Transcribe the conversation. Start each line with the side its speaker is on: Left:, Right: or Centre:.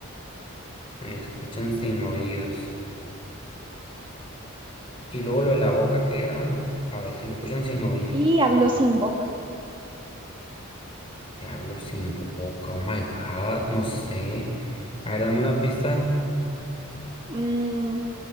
Left: Me escuchan sin oídos. Y luego lo de la boca, ¿qué era? A ver, si lo escuchan sin oídos.
Right: y hablo sin boca.
Left: Y hablo sin boca. Oh my God. No sé. A ver, dame una pista.
Right: Mm,